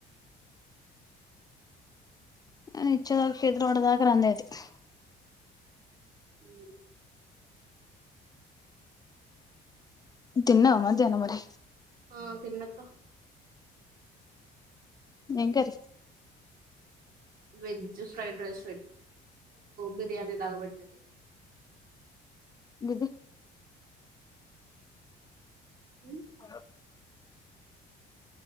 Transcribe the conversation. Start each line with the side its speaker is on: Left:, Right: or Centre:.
Left: <unintelligible>
Right: ఉ
Left: తిన్నవ మధ్యనం మరి
Right: ఆ తిన్న అక్క
Left: ఎం కారి
Right: veg fried rice veg biryani <unintelligible>
Left: BC
Right: హు
Left: అ